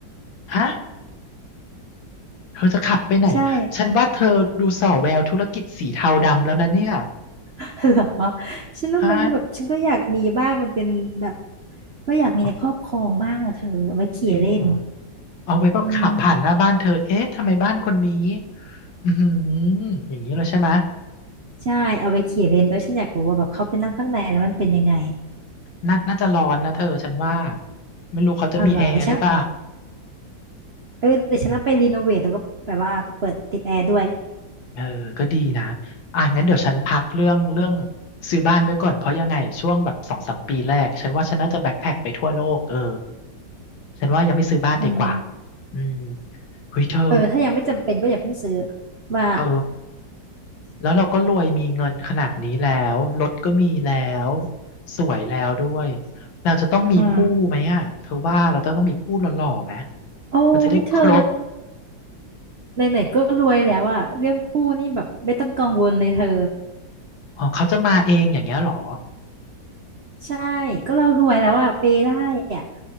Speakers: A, on the left; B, on the right.
A: ฮะเธอจะขับไปไหน
B: ใช่
A: ฉันว่าเธอดูส่อแววธุรกิจสีเทาดำแล้วนะเนี่ย
B: <laughs> เหรอฉันว่ามันก็แบบฉันก็อยากมีบ้างมันเป็นแบบ
A: ใช่
B: ก็อยากมีในครอบครองบ้างอะเธอเอาไว้ขี่เล่น
A: อ๋อจริงเหรอ เอาไว้แบบขับผ่านหน้าบ้านเธอเอ๊ะทำไมบ้านคนนี้
B: อืม
A: อือหืออย่างนี้เลยใช่ไหม
B: ใช่เอาไปขี่เล่นด้วยฉันอยากรู้ว่าแบบเขาไปนั่งข้างในแล้วมันเป็นยังไง
A: น่าน่าจะร้อนนะเธอฉันว่าไม่รู้เขาจะมีแอร์หรือเปล่า
B: อ๋อเหรอแต่ฉัน เออแต่ฉันเอาไปรีโนเวทแล้วก็แบบว่าเปิดติดแอร์ด้วย
A: เออก็ดีนะอ่ะงั้นเดี๋ยวฉันพักเรื่องเรื่องซื้อบ้านไว้ก่อน เพราะยังไงช่วงแบบสองสามปีแรกฉันว่าฉันน่าจะแบ็คแพ็คไปทั่วโลกเออฉันว่ายังไม่ซื้อบ้านดีกว่า
B: อืม
A: อืมเฮ้ยเธอ
B: เออถ้ายังไม่จำเป็นก็อย่าเพิ่งซื้อว่า
A: เธอ แล้วเราก็รวยมีเงินขนาดนี้แล้วรถก็มีแล้วสวยแล้วด้วยเราจะต้องมีผู้ไหมอ่ะเธอว่าเราจะต้องมีผู้หล่อๆไหม
B: อืมโอ้ยเธอ
A: มันจะได้ครบ
B: ไหนๆก็รวยแล้วอะเรื่องผู้นี่แบบไม่ต้องกังวลเลยเธอ
A: อ๋อเขาจะมาเองอย่างเงี้ยเหรอ
B: ใช่ก็เรารวยแล้วอะเปย์ได้อะ